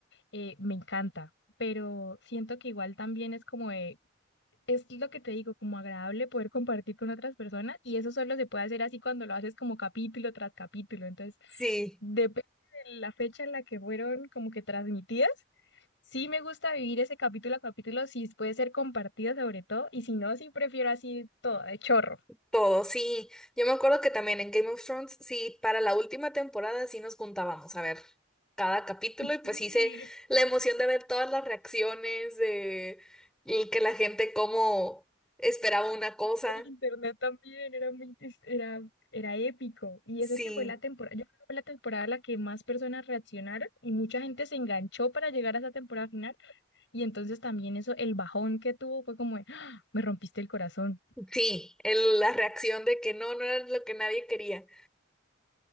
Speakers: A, on the left; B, in the centre.
A: eh, me encanta, pero siento que igual también es como de, es lo que te digo, como agradable poder compartir con otras personas y eso solo se puede hacer así cuando lo haces como capítulo tras capítulo, entonces
B: sí.
A: Depende de la fecha en la que fueron como que transmitidas. Sí me gusta vivir ese capítulo a capítulo, si puede ser compartido sobre todo, y si no, sí prefiero así todo, de chorro.
B: Todo, sí. Yo me acuerdo que también en Game of Thrones, sí, para la última temporada sí nos juntábamos a ver cada capítulo y pues
A: Sí,
B: hice la emoción de ver todas las reacciones de y que la gente como esperaba una cosa.
A: en internet también era muy, es- era, era épico. Y
B: Sí,
A: eso que fue la temporada, yo creo que fue la temporada en la que más personas reaccionaron y mucha gente se enganchó para llegar a esa temporada final. Y entonces también eso, el bajón que tuvo fue como, de, "Ah, me rompiste el corazón.
B: sí, el- la reacción de que no, no era lo que nadie quería.